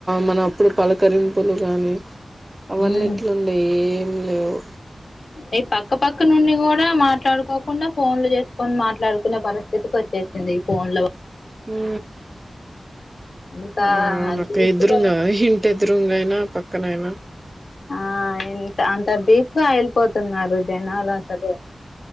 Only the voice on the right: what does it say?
మన అప్పుడు పలకరింపులు కాగానీ అవన్నిట్లుండే
ఏం లేవు
ఉ
ఆ నాకు
ఇదురుంగా ఇంటిదురుంగా అయినా పక్కనైనా